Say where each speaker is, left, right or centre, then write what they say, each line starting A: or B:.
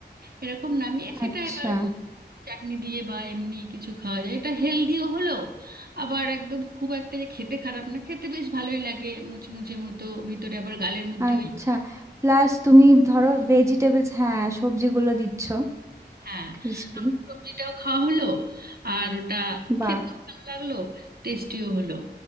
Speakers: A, on the right; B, on the right.
A: এরকম নামিয়ে সেটা
B: আচ্ছা
A: এবার চাটনি দিয়ে বা এমনি কিছু খাওয়া যায় এটা হেলদিও হলো আবার একদম খুব একটা যে খেতে খারাপ না খেতে বেশ ভালোই লাগে মুচমুচে মতো ভিতরে আবার গালের মধ্যে
B: আচ্ছা
A: ওই
B: প্লাস তুমি ধরো ভেজিটেবলস হ্যাঁ সবজিগুলো দিচ্ছ
A: হ্যাঁ
B: ক্রিস্পি
A: আমার সবজিটাও খাওয়া হলো আর ওটা
B: বাহ
A: খেতেও ভালো লাগলো টেস্টিও হলো